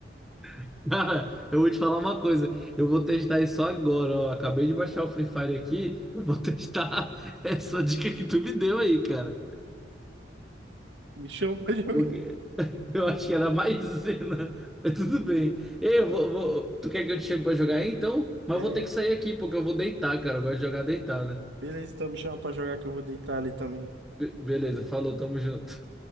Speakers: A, in the centre; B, on the right.
A: <laughs> Cara, eu vou te falar uma coisa. Eu vou testar isso agora, ó. Acabei de baixar o Free Fire aqui. Eu vou testar <laughs> essa dica que tu me deu aí, cara.
B: Me chama <laughs> pra jogar.
A: Porque eu acho que era maisena. <laughs> Mas tudo bem. Ei, Eu vou, vou- Tu quer que eu te chame pra jogar aí, então? Mas
B: É.
A: eu vou ter que sair aqui, porque eu vou deitar, cara. Eu gosto de jogar deitada.
B: Beleza, então me chama pra jogar que eu vou deitar ali também.
A: Be- beleza, falou, tamo junto.